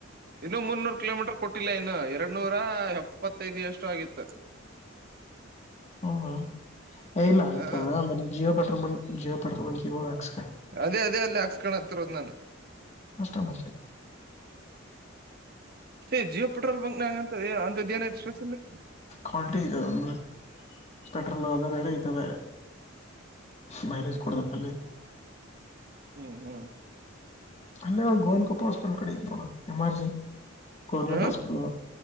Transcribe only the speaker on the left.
<unintelligible> ಹ್ಮ್ ಇಲ್ಲ ಆಯ್ತದ
ಅಂದ್ರೆ Jio petrol bunk Jio petrol ಬಂಕ ಹಾಕ್ಸ
<unintelligible>
ಕ್ವಾಲಿಟಿ ಇದೆ ಅಂದ್ರೆ <unintelligible> ಅದ ಬೇರೆ ಈತ ಬೇರೆ ಮೈಲೇಜ್
ಕೊಡತೈತ್ತ ಅಲ್ಲಿ
ಅಲ್ಲೇ ಗೋವನ್ಕೊಪ್ಪ ಹಾಸ್ಪಿಟಲ್ ಕಡೆ ಇ ನೋಡ ಎಮರ್ಜಿ ಗೌರ್ಮೆಂಟ್
ಹಾಸ್ಪಿಟಲ್